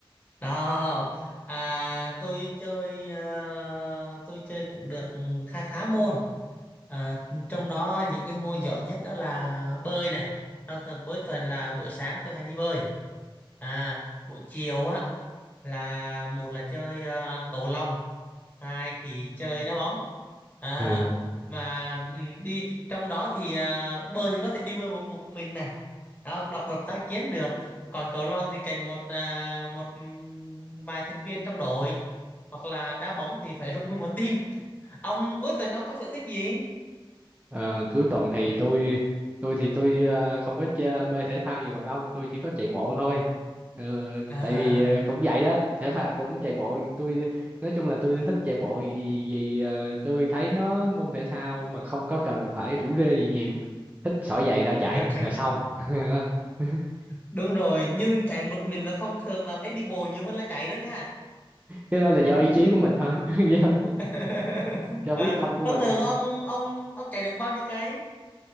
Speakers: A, on the left; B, on the right.
A: Đó, à, tôi chơi à, tôi chơi cũng được khá khá môn. À, trong đó những cái môn giỏi nhất đó là bơi này. thường thường cuối tuần là buổi sáng tôi hay đi bơi. À, buổi chiều á là một là chơi à, cầu lông, hai thì chơi đá bóng. À,
B: Ồ.
A: mà ừ, đi trong đó thì à, bơi thì có thể đi bơi một một mình này. Đó, độc lập tác chiến được còn cầu lông thì cần một à, một vài thành viên trong đội hoặc là đá bóng thì phải <laughs> rụng nguyên một team ông cuối tuần ông có sở thích gì
B: Ờ, cuối tuần thì tôi tôi thì tôi ờ, không có chơi, mê thể thao nhiều bằng ông tôi chỉ có chạy bộ thôi Ờ,
A: à
B: tại vì ờ, cũng vậy đó thể thao cũng chạy bộ tôi nói chung là tôi thích chạy bộ vì, vì ờ, tôi thấy nó môn thể thao mà không có cần phải rủ rê gì nhiều thích xỏ giày ra chạy
A: <laughs> đúng
B: là xong <laughs>
A: đúng rồi nhưng chạy một mình là thông thường là thấy đi bộ nhiều hơn là chạy đó nha
B: cái đó là do ý chí của mình thôi <laughs> do
A: <laughs>
B: do
A: à,
B: quyết tâm của
A: thông
B: mình
A: thường
B: thôi
A: ông ông ông chạy được bao nhiêu cái